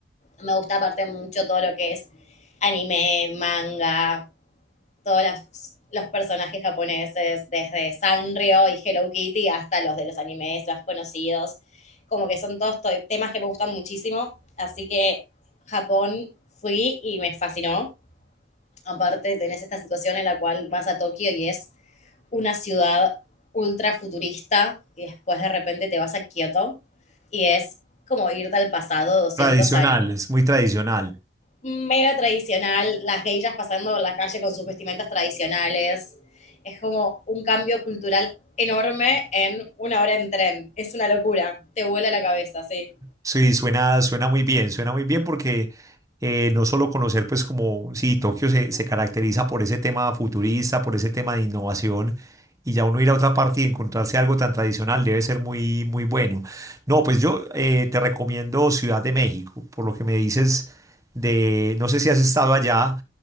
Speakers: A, on the left; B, on the right.
A: me gusta aparte mucho todo lo que es anime, manga, todos las- los personajes japoneses, desde Sanrio y Hello Kitty hasta los de los animes más conocidos. Como que son todos to- temas que me gustan muchísimo. Así que Japón fui y me fascinó. Aparte, tenés esta situación en la cual vas a Tokio y es una ciudad ultra futurista y después de repente te vas a Kioto y es como irte al pasado 200
B: tradicional,
A: años
B: es muy tradicional.
A: mega tradicional, las geishas pasando por la calle con sus vestimentas tradicionales. Es como un cambio cultural enorme en una hora en tren. Es una locura. Te vuela la cabeza, sí.
B: Sí, suena, suena muy bien, suena muy bien porque eh, no solo conocer, pues como, sí, Tokio se, se caracteriza por ese tema futurista, por ese tema de innovación, y ya uno ir a otra parte y encontrarse algo tan tradicional debe ser muy, muy bueno. No, pues yo eh, te recomiendo Ciudad de México, por lo que me dices de, no sé si has estado allá,